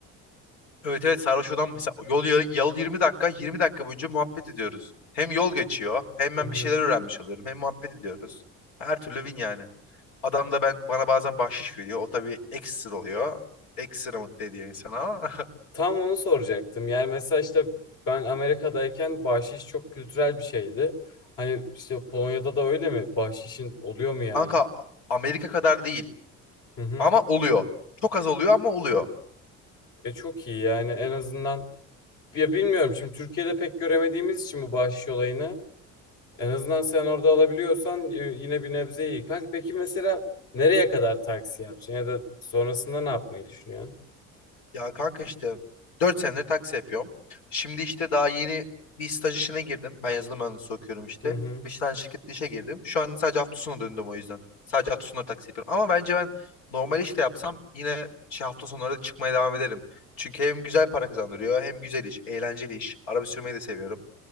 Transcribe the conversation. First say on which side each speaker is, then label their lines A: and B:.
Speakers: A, on the left; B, on the left.
A: Evet evet sarhoş olan mesela yol, yol 20 dakika, 20 dakika boyunca muhabbet ediyoruz. Hem yol geçiyor, hem
B: Hı
A: ben
B: hı.
A: bir şeyler öğrenmiş oluyorum, hem muhabbet ediyoruz. Her türlü win yani. Adam da ben bana bazen bahşiş veriyor. O tabii ekstra oluyor. Ekstra mutlu ediyor insanı ama.
B: Tam onu soracaktım. Yani mesela işte ben Amerika'dayken bahşiş çok kültürel bir şeydi. Hani işte Polonya'da da öyle mi? Bahşişin oluyor
A: <laughs>
B: mu yani?
A: Kanka Amerika kadar değil
B: Hı hı.
A: ama oluyor. Çok az oluyor ama oluyor.
B: E çok iyi yani en azından ya bilmiyorum şimdi Türkiye'de pek göremediğimiz için bu bahşiş olayını En azından sen orada alabiliyorsan y- yine bir nebze iyi. Kanka peki mesela nereye kadar taksi yapacaksın ya da sonrasında ne yapmayı düşünüyorsun?
A: Ya kanka işte 4 senedir taksi yapıyorum. Şimdi işte daha yeni bir staj işine girdim. Ben yazılım mühendisi okuyorum işte.
B: Hı hı.
A: Bir tane şirkette işe girdim. Şu anda sadece hafta sonu döndüm o yüzden. Sadece hafta sonları taksi yapıyorum. Ama bence ben normal işte yapsam yine şey hafta sonları da çıkmaya devam ederim. Çünkü hem güzel para kazandırıyor hem güzel iş, eğlenceli iş. Araba sürmeyi de seviyorum.